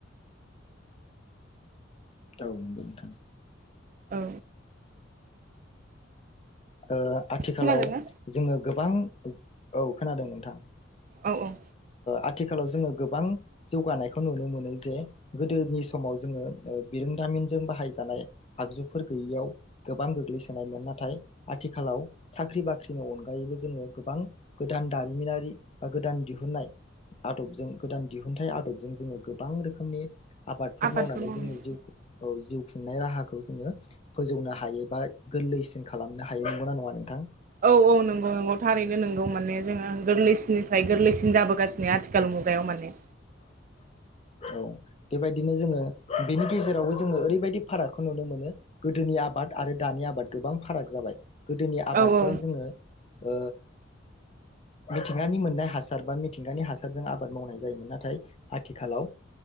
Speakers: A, on the left; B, on the right.
A: औ नंगौ नोंथां
B: औ
A: ओ आथिखालाव
B: खोनादोंना
A: जोंङो गोब- गोबां औ खोनादों नोंथां
B: औ औ
A: आथिखालाव जोंङो गोबां जौगानायखौ नुनो मोनो जे गोदोनि समाव जोंङो बिरोंदामिनजों बाहायजानाय आगजुफोर गैयियाव गोबां गोग्लैसोनायमोन नाथाय आथिखालाव साख्रि बाख्रिनि अनगायैबो जोंङो गोबां गोदान दारिमिनारि बा गोदान दिहुनन्नाय आदबजों गोदान दिहुनथाइ आदबजों जोंङो गोबां रोखोमनि आबादफोर
B: आबादबो
A: मावनानै
B: मावो
A: जोंनि जिउ औ जिउ खुंनाय राहाखौ जोंङो फोजौनो हायो बा गोरलैसिन खालामनो हायो नंगौना नंङा नोंथां
B: औ औ नंगौ नंगौ थारैनो नंगौ माने जोंङो गोरलैसिननिफ्राय गोरलैसिन जाबोगासिनो नि आथिखाल मुगायाव माने
A: औ बेबायदिनो जोंङो बेनि गेजेरावबो जोंङो ओरैबायदि फारागखौ नुनो मोनो गोदोनि आबाद आरो दानि आबाद गोबां फाराग जाबाय गोदोनि
B: औ
A: आबादफोराव
B: औ
A: जोंङो ओ मिथिंगानि मोननाय हासार बा मिथिंगानि हासारजों आबाद मावनाय जायोमोन नाथाय आथिखालाव